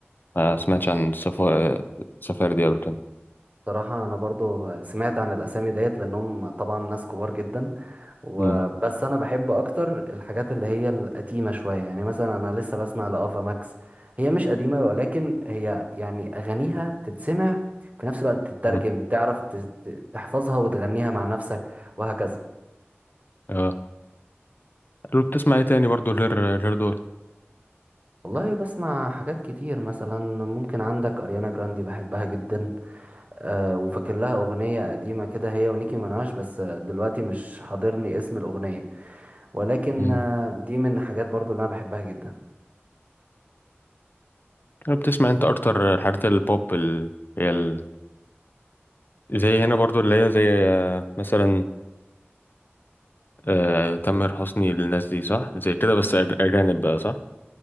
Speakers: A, on the left; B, on the right.
A: ما سمعتش عن سفا... سفاري دي قبل كده
B: بصراحة انا برضو سمعت عن الاسامي ديت لانهم طبعا ناس كبار جدا وبس
A: امم
B: انا بحب اكتر الحاجات اللي هي القديمة شوية يعني مثلا انا لسه بسمع لافا ماكس هي مش قديمة ولكن هي يعني اغانيها تتسمع في نفس الوقت تترجم
A: امم
B: تعرف تت- تحفظها وتغنيها مع نفسك وهكذا
A: اه لو بتسمع ايه تاني برضو غير غير دول
B: والله بسمع حاجات كتير مثلا ممكن عندك أريانا جراندي بحبها جدا أه وفاكر لها أغنية قديمة كده هي ونيكي مناش بس آه، دلوقتي مش حاضرني اسم الأغنية ولكن
A: امم
B: آه، دي من الحاجات برضو اللي أنا بحبها جدا
A: لو بتسمع انت اكتر الحاجات البوب ال... هي ال... زي هنا برضو اللي هي زي آه، مثلا آه، تامر حسني للناس دي صح زي كده بس أج- اجانب بقى صح